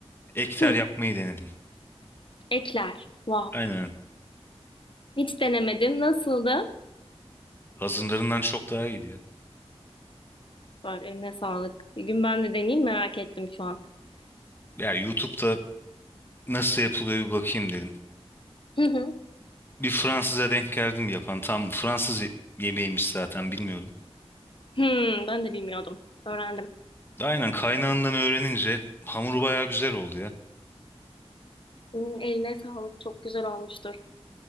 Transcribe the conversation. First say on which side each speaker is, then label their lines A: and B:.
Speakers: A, on the left; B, on the left.
A: ekter
B: Hı,
A: yapmayı denedim.
B: ekler. Wow.
A: Aynen.
B: Hiç denemedim. Nasıldı?
A: Hazırlarından çok daha iyiydi ya.
B: Var, eline sağlık. Bir gün ben de deneyeyim merak ettim şu an.
A: Ya YouTube'da nasıl yapılıyor bir bakayım dedim.
B: Hı hı.
A: Bir Fransız'a denk geldim yapan. Tam Fransız ye- yemeğiymiş zaten bilmiyordum.
B: Hmm, ben de bilmiyordum. Öğrendim.
A: Aynen kaynağından öğrenince hamuru bayağı güzel oldu ya.
B: Hmm, eline sağlık. Çok güzel olmuştur.